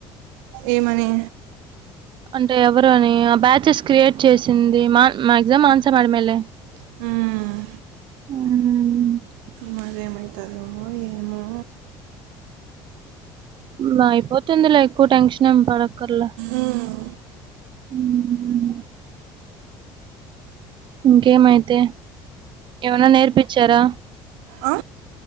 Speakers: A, on the right; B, on the right.
A: ఏమని
B: అంటే ఎవరు అని ఆ బ్యాచెస్ క్రియేట్ చేసింది మా మాగ్జామ్ ఆన్సర్ అడిగినోళ్లే
A: హ్మ్
B: మ్మ్.
A: మరేమవుతుందో ఏమో
B: ఉం అయ్పోతుందిలే ఎక్కువ్ టెన్షన్ ఏం పడక్కర్లె
A: ఉం
B: ఉం ఇంకేంమైతే ఏమన్నా నేర్పిచ్చారా
A: అ